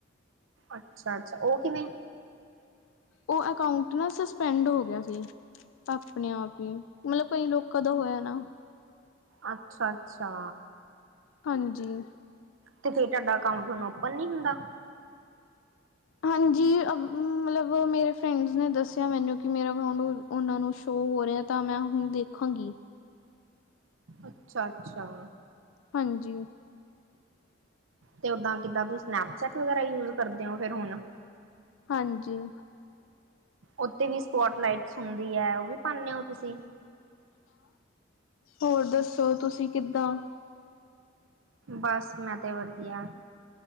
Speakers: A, on the right; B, on the left.
A: ਅੱਛਾ-ਅੱਛਾ ਉਹ ਕਿਵੇਂ?
B: ਉਹ ਅਕਾਊਂਟ ਨਾ ਸਸਪੈਂਡ ਹੋ ਗਿਆ ਸੀ। ਆਪਣੇ ਆਪ ਹੀ, ਮਤਲਬ ਕਈ ਲੋਕਾਂ ਦਾ ਹੋਇਆ ਨਾ।
A: ਅੱਛਾ-ਅੱਛਾ।
B: ਹਾਂਜੀ।
A: ਤੇ ਫੇਰ ਤੁਹਾਡਾ ਅਕਾਊਂਟ ਹੁਣ ਓਪਨ ਨ ਨਹੀਂ ਹੁੰਦਾ।
B: ਹਾਂਜੀ। ਮਤਲਬ ਮੇਰੇ ਫਰੈਂਡਸ ਨੇ ਦੱਸਿਆ ਮੈਨੂੰ ਕਿ ਮੇਰਾ ਅਕਾਊਂਟ ਉਹਨਾਂ ਨੂੰ ਸ਼ੋਅ ਹੋ ਰਿਹਾ ਤਾਂ ਮੈਂ ਹੁਣ ਦੇਖਾਂਗੀ।
A: ਅੱਛਾ-ਅੱਛਾ।
B: ਹਾਂਜੀ।
A: ਤੇ ਓਦਾਂ ਕਿਦਾਂ ਤੁਸੀ ਸਨੈਪਚੈਟ ਵਗੈਰਾ ਯੂਜ ਕਰਦੇ ਹੋ ਫਿਰ ਹੁਣ।
B: ਹਾਂਜੀ।
A: ਉੱਥੇ ਵੀ ਸਪੋਟ ਲਾਈਟਸ ਹੁੰਦੀ ਹੈ। ਉਹ ਵੀ ਪਾਂਦੇ ਹੋ ਤੁਸੀਂ?
B: ਹੋਰ ਦੱਸੋ, ਤੁਸੀਂ ਕਿੱਦਾਂ?
A: ਬਸ ਮੈਂ ਤੇ ਵਧੀਆ,